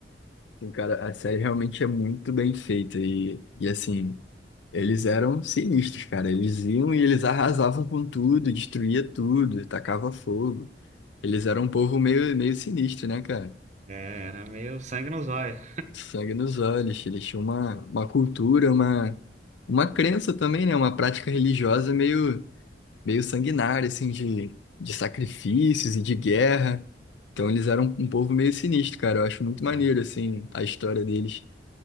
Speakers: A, on the left; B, on the right.
A: Sim, cara, a série realmente é muito bem feita e, e assim, eles eram sinistros, cara. Eles iam e eles arrasavam com tudo, destruía tudo, tacava fogo. Eles eram um povo meio, meio sinistro, né, cara?
B: É, era meio sangue nos olhos.
A: Sangue nos olhos, eles tinham uma, uma cultura, uma, uma crença também, né? Uma prática religiosa meio, meio sanguinária, assim, de, de sacrifícios e de guerra. Então eles eram um povo meio sinistro, cara. Eu acho muito maneiro,
B: É.
A: assim, a história deles.